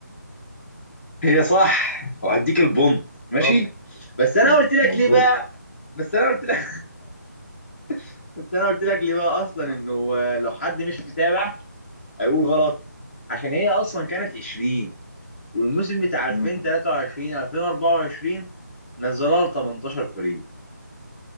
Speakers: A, on the left; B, on the left.
A: هي صح وهديك البونت ماشي
B: طب
A: بس انا
B: مب-
A: قلت لك
B: مبروك
A: ليه بقى بس انا قلت لك <laughs> بس انا قلت لك ليه بقى اصلا انه
B: اه
A: آه، لو حد مش متابع هيقول غلط عشان هي اصلا كانت 20 والموسم بتاع 2023
B: امم
A: 2024 نزلوها ل 18 فريق